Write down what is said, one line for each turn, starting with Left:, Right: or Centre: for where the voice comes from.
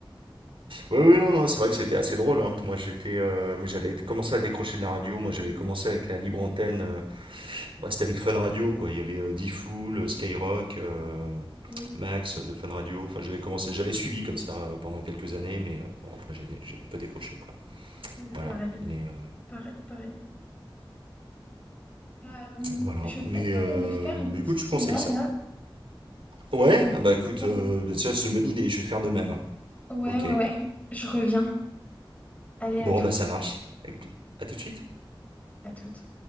Right: Oui, oui, non, non, c'est vrai que c'était assez drôle. hein. Moi, j'étais, euh, mais j'avais commencé à décrocher de la radio. Moi, j'avais commencé avec la libre antenne. euh, bah, c'était avec Fun Radio, quoi. Il y avait euh, D-Fool, euh, Skyrock, euh,
Left: Oui,
Right: Max euh, de Fun Radio. Enfin, j'avais commencé, j'avais suivi comme ça euh, pendant quelques années, mais euh, bon, après, j'ai un peu décroché, quoi.
Left: oui,
Right: Voilà.
Left: pareil,
Right: Mais, euh,
Left: pareil, pareil. Euh,
Right: voilà.
Left: je vais
Right: Mais,
Left: peut-être
Right: euh,
Left: aller me faire une
Right: mais
Left: petite
Right: écoute, je
Left: tisane
Right: conseille ça.
Left: là.
Right: Ouais, ah bah écoute,
Left: Ouais,
Right: euh, bah, c'est une bonne idée, je vais faire de même.
Left: ouais,
Right: Ok.
Left: ouais, ouais. Je reviens. Allez,
Right: Bon,
Left: à toutes.
Right: bah ça marche. À tout de suite.
Left: À toutes.